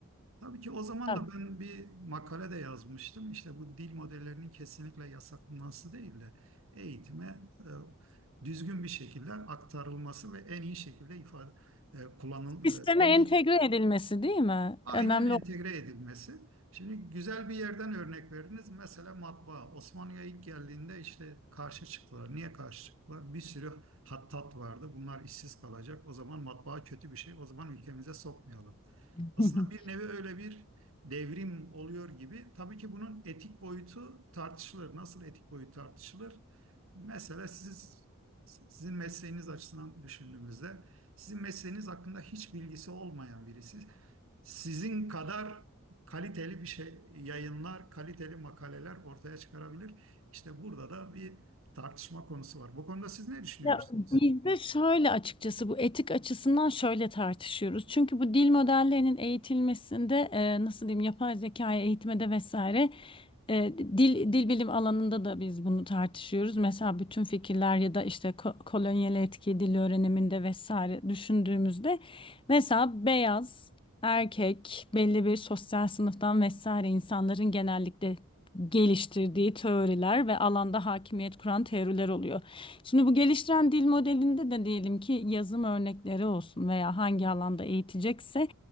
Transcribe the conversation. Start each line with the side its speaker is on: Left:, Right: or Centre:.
Right: Tabii ki o zaman
Left: Tabii.
Right: da ben bir makale de yazmıştım. İşte bu dil modellerinin kesinlikle yasaklanması değil de eğitime e, düzgün bir şekilde aktarılması ve en iyi şekilde ifade e, kullanıl
Left: Sisteme
Right: e, en iyi
Left: entegre edilmesi değil mi?
Right: Aynen
Left: Önemli.
Right: entegre
Left: o.
Right: edilmesi. Şimdi güzel bir yerden örnek verdiniz. Mesela matbaa. Osmanlı'ya ilk geldiğinde işte karşı çıktılar. Niye karşı çıktılar? Bir sürü hattat vardı. Bunlar işsiz kalacak. O zaman matbaa kötü bir şey. O zaman ülkemize sokmayalım.
Left: <laughs>
Right: Aslında bir nevi öyle bir devrim oluyor gibi. Tabii ki bunun etik boyutu tartışılır. Nasıl etik boyut tartışılır? Mesela siz sizin mesleğiniz açısından düşündüğümüzde sizin mesleğiniz hakkında hiç bilgisi olmayan birisi sizin kadar kaliteli bir şey yayınlar, kaliteli makaleler ortaya çıkarabilir. İşte burada da bir tartışma konusu var. Bu konuda siz ne düşünüyorsunuz?
Left: Ya bizde şöyle açıkçası bu etik açısından şöyle tartışıyoruz. Çünkü bu dil modellerinin eğitilmesinde e, nasıl diyeyim yapay zekaya eğitmede vesaire e, dil dil bilim alanında da biz bunu tartışıyoruz. Mesela bütün fikirler ya da işte ko- kolonyal etki dil öğreniminde vesaire düşündüğümüzde mesela beyaz erkek belli bir sosyal sınıftan vesaire insanların genellikle geliştirdiği teoriler ve alanda hakimiyet kuran teoriler oluyor. Şimdi bu geliştiren dil modelinde de diyelim ki yazım örnekleri olsun veya hangi alanda eğitecekse